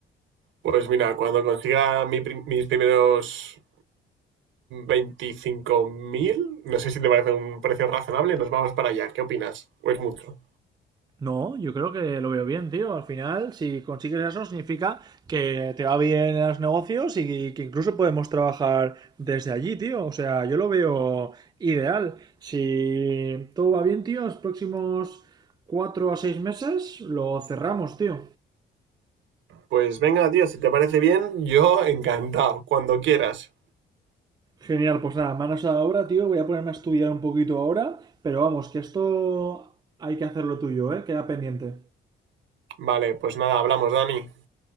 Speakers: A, on the right; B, on the right.
A: Pues mira, cuando consiga mi mis primeros veinticinco mil no sé si te parece un precio razonable, nos vamos para allá. ¿Qué opinas? ¿O es mucho?
B: No, yo creo que lo veo bien, tío. Al final, si consigues eso, significa que te va bien en los negocios y que incluso podemos trabajar desde allí, tío. O sea, yo lo veo ideal. Si todo va bien, tío, los próximos cuatro a seis meses lo cerramos, tío.
A: Pues venga, tío, si te parece bien, yo encantado, cuando quieras.
B: Genial, pues nada, manos a la obra, tío. Voy a ponerme a estudiar un poquito ahora, pero vamos, que esto hay que hacerlo tuyo, ¿eh? Queda pendiente.
A: Vale, pues nada, hablamos, Dani.